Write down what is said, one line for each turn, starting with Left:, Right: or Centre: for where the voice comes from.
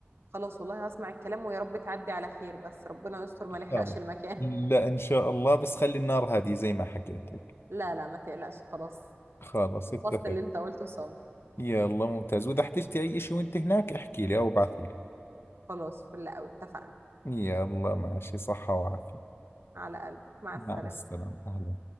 Right: خلاص والله هسمع الكلام ويا رب تعدي على خير بس ربنا يستر ما
Left: خلاص
Right: نحرقش المكان
Left: لا ان شاء الله بس خلي النار هادية زي ما حكيت لك
Right: <laughs> لا لا ما تقلقش خلاص
Left: خلاص
Right: حفظت
Left: اتفق
Right: اللي انت قلته صم
Left: يلا ممتاز واذا احتجتي اي اشي وانت هناك احكي لي او ابعثي لي
Right: خلاص فل قوي اتفقنا
Left: يلا ماشي صحة وعافية
Right: على قلبك مع
Left: مع
Right: السلامة
Left: السلامة اهلا